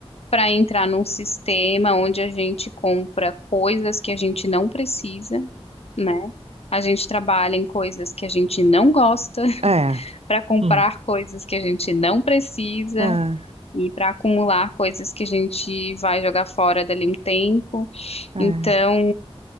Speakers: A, on the left; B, on the right.
A: para entrar num sistema onde a gente compra coisas que a gente não precisa, né? A gente trabalha em coisas que a gente não gosta, <laughs>
B: é, é,
A: para comprar
B: hum,
A: coisas que a gente não precisa.
B: é,
A: E para acumular coisas que a gente vai jogar fora dali um tempo.
B: é.
A: Então,